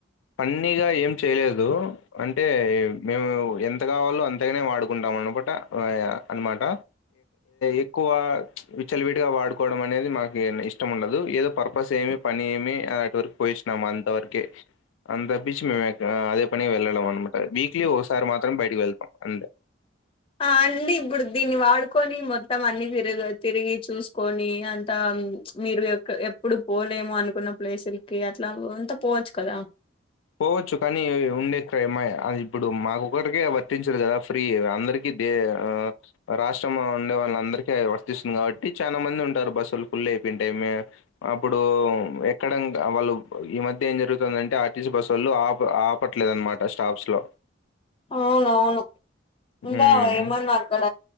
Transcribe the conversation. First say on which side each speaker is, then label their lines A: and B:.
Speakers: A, on the left (about 85°); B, on the left (about 25°).
A: పన్నీగా ఏం చేయలేదు అంటే మేము ఎంత కావాలో అంతగానే వాడుకుంటాము. నువ్ అనుకుంట వయా అనమాట ఎక్కువ విచలవిడిగా వాడుకోవడం అనేది మాకు ఏమి ఇష్టం ఉండదు ఏదో పర్పస్ ఏమి పని ఏమి అటి వరకు పోయిచ్చినాము అంతవరకే అంత బీచ్ మేము అదే పని వెళ్ళలేం అనమాట వీక్లీ ఒకసారి మాత్రం బయటకి వెళ్తాం అంతే
B: ఆ అండి ఇప్పుడు దీన్ని వాడుకొని మొత్తం అన్ని తిరు తిరిగి చూసుకొని అంతా ఊఉమ్ మీరు ఎ ఎప్పుడు పోలేము అనుకున్న ప్లేసులకి అట్లా అంతా పోవచ్చు కదా
A: పోవచ్చు కానీ ఉండే క్రైమా అది ఇప్పుడు మాకొక్కరికే వర్తించదు కదా ఫ్రీ అందరికీ ఏ ఆ రాష్ట్రం ఉండే వాళ్ళ అందరికి వర్తిస్తుంది కాబట్టి చాలా మంది ఉంటారు బస్సులు ఫుల్ ఏప్పింటెమ్ అప్పుడు ఎక్కడ వాళ్ళు ఈ మధ్య ఏం జరుగుతుందింటే టీ బస్సు వాళ్ళు ఆప ఆపట్లేదునమాట స్టాప్స్ లో
B: అవునవును ఇంకా
A: ఉమ్
B: ఏమన్నా అక్కడ